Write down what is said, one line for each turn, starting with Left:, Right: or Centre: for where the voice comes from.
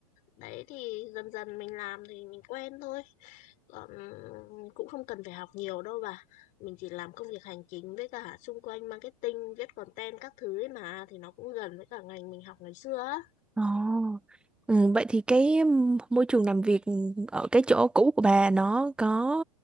Left: Đấy thì dần dần mình làm thì mình quen thôi. Còn cũng không cần phải học nhiều đâu bà. Mình chỉ làm công việc hành chính với cả xung quanh marketing, viết content các thứ ấy mà thì nó cũng gần với cả ngành mình học ngày xưa á.
Centre: Ồ, ừ, vậy thì cái m- môi trường làm việc ở cái chỗ cũ của bà nó có